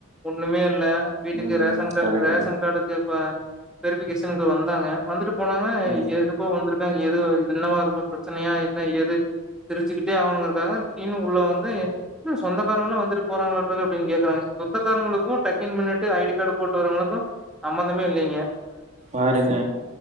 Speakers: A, in the centre; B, on the right (about 30°).
A: ஒண்ணுமேப் இல்ல வீட்டுக்கு
B: ம்
A: ரேஷன் அட்ட
B: கரெக்ட்டுங்க
A: அது ரேஷன் கார்டுக்கு இப்ப வெரிஃபிகேஷனுக்கு வந்தாங்க வந்துட்டு போனாங்க
B: ம்
A: எதும் இப்போ வந்திருக்காங் எதோ என்னவா இருக்கூ பிரச்சனையா என்ன ஏது சிரிஞ்சுக்கிட்டே ஆகணுங்கரக்காக திடீர்னு உள்ள வந்து என்ன சொந்தாரங்களும் வந்துட்டு போறாங்களாட்ருக்கு அப்டின்னு கேக்குறாங்க சொந்தக்காரங்களுக்கும் டக் இன் பண்ணிட்டு ஐடி கார்டு போட்டு வரவளுக்கும் சம்மந்தமே இல்லிங்க
B: பாருங்க